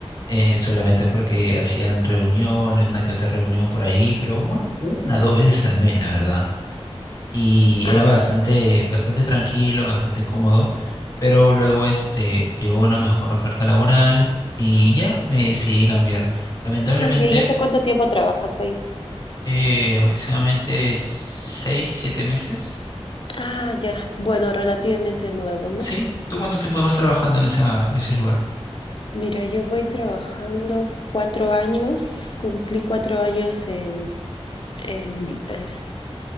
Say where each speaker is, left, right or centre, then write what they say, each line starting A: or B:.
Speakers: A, on the left; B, on the left.
A: eh, solamente porque hacían reuniones, una que otra reunión por ahí, pero un- una, dos veces al mes, la verdad y
B: ah,
A: era bastante,
B: su-
A: bastante tranquilo, bastante cómodo, pero luego este, llegó una mejor oferta laboral y ya me decidí cambiar. Lamentablemente,
B: Ah, ¿y y hace cuánto tiempo trabajas ahí?
A: eh, aproximadamente seis, siete meses.
B: ah, ya. Bueno, relativamente nuevo, ¿no?
A: Sí, ¿tú cuánto tiempo vas trabajando en esa, ese lugar?
B: Mira, yo voy trabajando cuatro años, cumplí cuatro años en, en di- este,